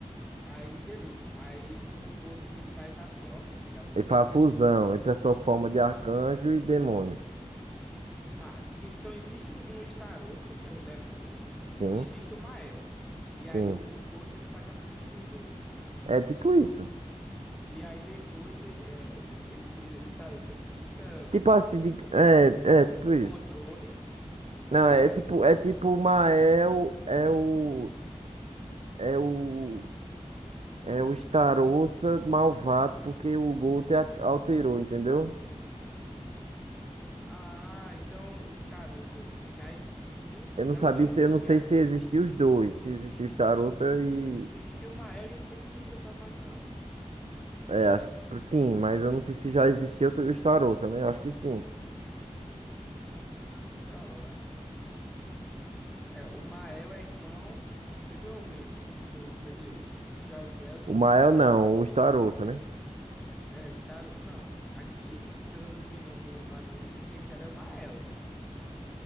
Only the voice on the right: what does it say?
Ele
faz a fusão
entre a sua forma de arcanjo e demônio.
Sim,
sim.
É tipo isso.
Tipo assim, de, é, é tipo
isso.
Não,
é
tipo,
é tipo o Mael é o é o É o Starouça malvado porque o Guto a- alterou, entendeu?
Eu não
sabia
se,
eu não sei
se existiam os dois, se existia o Starouça
e
é, acho que sim, mas eu não sei se já existia outro- o Starouça, né? Eu acho que sim.
O Mael
não, o Starouça, né?